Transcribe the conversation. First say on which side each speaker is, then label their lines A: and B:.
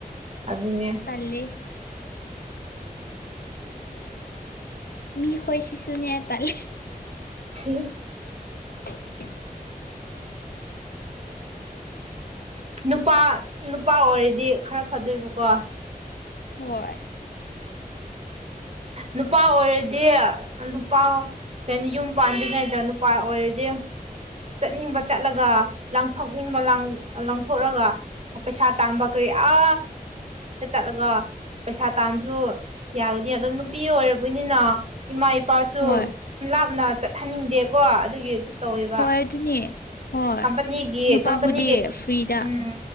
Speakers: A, on the right (about 45°); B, on the left (about 85°).
A: ꯑꯗꯨꯅꯦ
B: ꯇꯜꯂꯦ ꯃꯤꯈꯣꯏꯁꯤꯁꯨꯨꯅꯦ ꯇꯥꯟꯂꯦ
A: ꯁꯤ
B: <inaudible>
A: ꯅꯨꯄꯥ ꯅꯨꯄꯥ ꯑꯣꯏꯔꯗꯤ ꯈꯔ ꯐꯗꯣꯏꯕꯀꯣ
B: ꯍꯣꯏ
A: ꯅꯨꯄꯥ ꯑꯣꯏꯔꯗꯤ ꯅꯨꯄꯥ ꯀꯩꯅꯣ ꯌꯨꯝ ꯄꯥꯟꯗ꯭ꯔꯤꯉꯩꯗ ꯅꯨꯄꯥ ꯑꯣꯏꯔꯗꯤ꯫ ꯆꯠꯅꯤꯡꯕ ꯆꯠꯂꯒ ꯂꯪꯊꯣꯛꯅꯤꯡꯕ ꯂꯪꯊꯣꯛꯑꯒ ꯑ ꯄꯩꯁꯥ ꯇꯝꯕ ꯀꯔꯤ ꯑ ꯆꯠꯂꯒ ꯄꯩꯁꯥ ꯇꯥꯥꯟꯕꯁꯨ ꯌꯥꯒꯅꯤ ꯑꯗꯨ꯫ ꯅꯨꯄꯤ ꯑꯣꯏꯔꯕꯅꯤꯅ ꯏꯃꯥ ꯏꯄꯥꯁꯨ
B: ꯍꯣꯏ
A: ꯂꯥꯞꯅ ꯆꯠꯍꯟꯅꯤꯡꯗꯦꯀꯣ ꯑꯗꯨꯒꯤ꯫ ꯇꯧꯋꯦꯕ
B: ꯍꯣꯏ ꯑꯗꯨꯅꯦ ꯍꯣꯏ
A: ꯀꯝꯄꯅꯤꯒꯤ
B: ꯅꯨꯄꯥꯕꯨꯗꯤ
A: ꯀꯝꯄꯅꯤꯒꯤ
B: ꯐ꯭ꯔꯤꯗ
A: ꯎꯝ